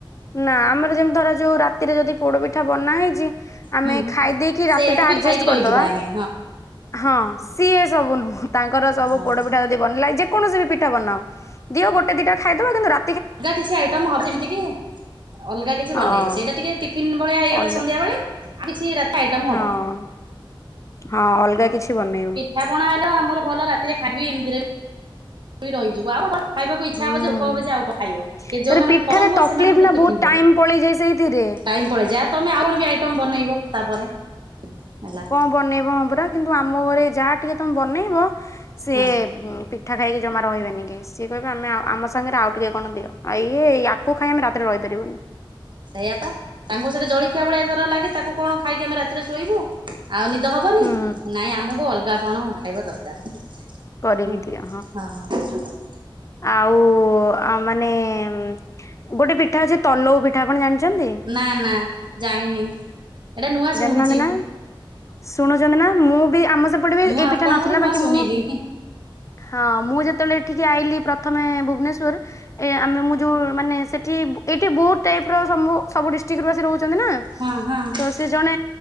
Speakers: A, on the left; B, on the right.
A: ନା ଆମର ଯେମିତି ଧର ଯୋଉ ରାତିରେ ଯଦି ପୋଡ ପିଠା ବନା ହେଇଚି।
B: ହୁଁ
A: ଆମେ ଖାଇ ଦେଇକି ରାତିଟା
B: ସେଇଆକୁ ବି
A: ଆଡଜେଷ୍ଟ
B: ଖାଇକି
A: କରିଦବା।
B: ରହିଯିବା ଆମେ
A: ହଁ ସିଏ ସବୁ ନୁହଁ ତାଙ୍କର ସବୁ
B: ହଁ
A: ପୋଡ ପିଠା ଯଦି ବନିଲା। ଯେକୌଣସି ବି ପିଠା ବନାଅ ଦିଅ ଗୋଟେ ଦିଇଟା ଖାଇଦବା କିନ୍ତୁ ରା
B: ଅଲଗା କିଛି ଆଇଟମ୍ ହବ ଯେମିତି କି ଅଲଗା କିଛି
A: ହଁ
B: ବନେଇବ ସେଇଟା ଟିକେ ଟି ଫିନ୍ ଭଳିଆ ହେଇଗଲା
A: ଅଲଗା
B: ସନ୍ଧ୍ୟାବେଳେ କିଛି ରାତି ଆଇଟମ୍
A: ହଁ
B: ହବ।
A: ହଁ ଅଲଗା କିଛି ବନେଇବ।
B: ଠାପଣା ହେଲେ ଆମର ଭଲ ରାତିରେ ଖାଇବି ଏମିତିରେ ବି ରହିଯିବୁ ଆଉ <inaudible> ଖାଇବାକୁ ଇଚ୍ଛା
A: ହୁଁ
B: ହବ ଯେ, ଭୋକ ହବ ଯେ ଆଉ କଣ ଖାଇବ, ଏ ଯୋଉ
A: ତାରେ
B: ମାନଙ୍କର
A: ପିଠାରେ
B: ପସନ୍ଦ ନୂହଁ
A: ତକଲିଫ
B: ସେମାନଙ୍କ
A: ନା
B: ଟିଫିନ୍
A: ବହୁତ
B: ଭଳିଆ।
A: ଟାଇମ ପଳେଇଯାଏ ସେଇଥିରେ
B: ଟାଇମ୍ ପଳେଇଯା ଆ, ତୋମେ ଆଉ କଣ ବି ଆଇଟମ୍ ବନେଇବ ତାପରେ। ହେଲା
A: କଣ ବନେଇବ ହଁ ପରା, କିନ୍ତୁ ଆମ ଘରେ ଯାହା ଟିକେ ତୋମେ ବନେଇବ, ସିଏ
B: ହଁ
A: ଉଁ, ପି ପିଠା ଖାଇକି ଜମା ରହିବେନି କେଇ, ସିଏ କହିବେ ଆମେ ଆଅ ଆମ ସାଙ୍ଗରେ ଆଉ ଟିକେ କଣ ଦିଅ ଆ ଇଏ ଆ କୁ ଖାଇ ଆମେ ରାତିରେ ରହିପାରିବୁନି।
B: ସେଇଆ ପା ତାଙ୍କୁ ସେଠା ଜଳଖିଆ ଭଳିଆ ଧର ଲାଗେ ତାକୁ କଣ ଖାଇକି ଆମେ ରାତ ତିରେ ଶୋଇବୁ ଆଉ ନିଦ ହବନି,
A: ହୁଁ।
B: ନାଇଁ ଆମକୁ ଅଲଗା କଣ ଖାଇବା ଦରକାର।
A: କରିକି
B: ହଁ,
A: ଦିଅ
B: ହଁ।
A: ଆଉ ଆ, ମାନେ ଉଁ, ଗୋଟେ ପିଠା ଅଛି ତନଉ ପିଠା ଆପଣ ଜାଣିଛନ୍ତି?
B: ନା ନା ଜାଣିନି ଏଟା ନୂଆ
A: ଜାଣିନାହାନ୍ତି
B: ଶୁଣୁଚି।
A: ନା? ଶୁଣୁଛନ୍ତି ନା ମୁଁ ବି ଆମ ସେପଟେ ବି
B: ମୁଁ
A: ଏଇ
B: ଆପଣଙ୍କଠୁ
A: ପିଠା ନଥିଲା
B: ନୂଆ
A: ବାକି
B: ଶୁଣିଲି
A: ମୁଁ
B: ହଁ
A: ହଁ ମୁଁ ଯେତେବେଳେ ଏଠିକି ଆଇଲିି ପ୍ରଥମେ ଭୁବନେଶ୍ୱର ଏ ଆମେ ମୁଁ ଯୋଉ ମାନେ ସେଠି ଏଇଠି ବହୁତ ଟାଇପ୍ ର ସମୁ ସବୁ ଡିଷ୍ଟ୍ରିକ୍ ରୁ ଆସ ରହୁଛନ୍ତି ନା।
B: ହଁ, ହଁ।
A: ତ ସେ ଜଣେ